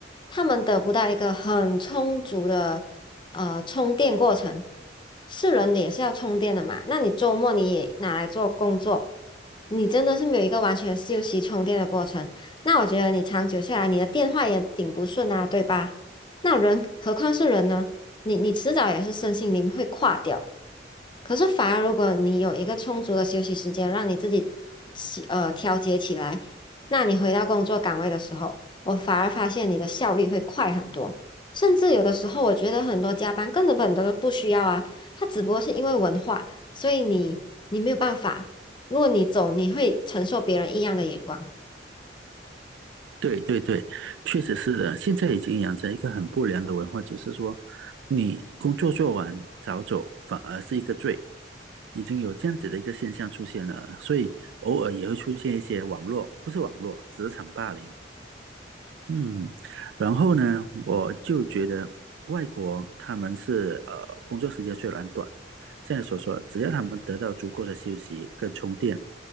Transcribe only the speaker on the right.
对对对，确实是的，现在已经养成一个很不良的文化，就是说你工作做完早走反而是一个罪。已经有这样子的一个现象出现了，所以偶尔也会出现一些网络，不是网络，职场霸凌。嗯，然后呢，我就觉得外国他们是呃工作时间虽然短，现在所说只要他们得到足够的休息跟充电，